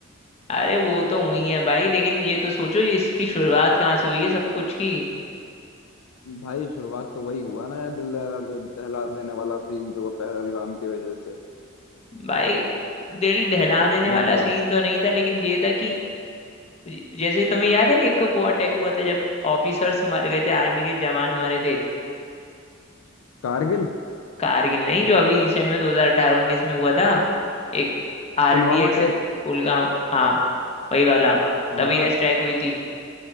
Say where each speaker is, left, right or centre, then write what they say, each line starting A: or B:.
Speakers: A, on the left; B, on the left.
A: अरे वो तो हुई है भाई लेकिन ये तो सोचो ये इसकी शुरुआत कहाँ से हुई है सब कुछ की
B: भाई शुरुआत तो वही हुआ ना यार दिल दहला दहला देने वाला सीन जो हुआ पहलगाम की वजह से
A: भाई दिल दहला देने
B: समझ
A: वाला
B: रहे
A: सीन
B: हो
A: तो नहीं था लेकिन ये था कि ज- जैसे तुम्हें याद है एक वो अटैक हुआ था जब ऑफिसर्स मर गए थे आर्मी के जवान मरे थे
B: कारगिल
A: कारगिल नहीं जो अभी रिसेंट में 2018-19 में हुआ था एक आरडीएक्स
B: पुलवामा अटैक
A: पुलवामा हाँ वही वाला
B: हाँ
A: तभी एयर स्ट्राइक हुई थी